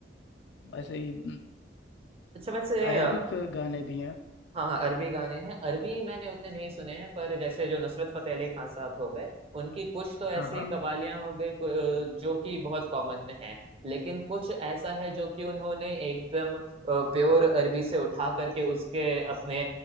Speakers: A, on the left; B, on the right.
A: ऐसे ही
B: अच्छा वैसे
A: अरेबिक
B: अ,
A: गाने भी हैं
B: हाँ हाँ अरबी गाने हैं अरबी मैंने उतने नहीं सुने हैं पर जैसे जो नुसरत फतेह अली खान साहब हो गए उनकी कुछ तो ऐसी
A: हाँ हाँ
B: कवालियां हो गई कु- अ, जो कि बहुत कॉमन है लेकिन कुछ ऐसा है जो कि उन्होंने एकदम प्योर अरबी से उठा करके उसके अपने